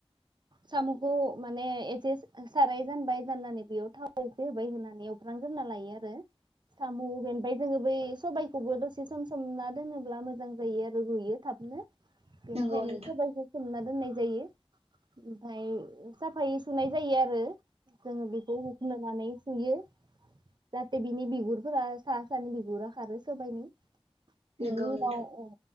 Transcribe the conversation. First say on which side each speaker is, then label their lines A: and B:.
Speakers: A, on the right; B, on the right.
A: साम'खौ माने एसे साराय जानबाय जाननानै बेयाव थाव एसे होबाय होनानै एवफ्रामग्रोना लायो आरो साम' बे ओमफाय जोङो बै सबायखौबो दसे सम सोमना दोनोब्ला मोजां जायो आरो रुयो थाबनो। बेनिखायनो
B: नोंगौ नोंथां
A: सबायखौ‌‌ सोमना दोननाय जायो ओमफ्राय साफायै सुनाय जायो आरो जोङो बेखौ हुख'नानै सुयो। जाहाथे बिनि बिगुरफोरा सा सानि बिगुरा खारो सोबायनि‌।
B: नोंगौ
A: बिनि उनाव
B: नोंथां
A: अ